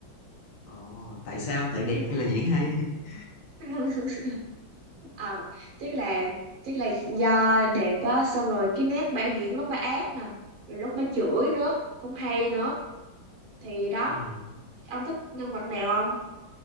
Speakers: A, on the left (about 85°); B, on the right (about 80°).
A: Ờ, tại sao? Tại đẹp
B: Ừ.
A: hay là diễn hay? <laughs>
B: <laughs> Ờ, chắc là chắc là do đẹp á xong rồi cái nét bả diễn lúc bả ác nè, rồi lúc bả chửi nữa cũng hay nữa thì đó
A: Ừ.
B: ông thích nhân vật nào không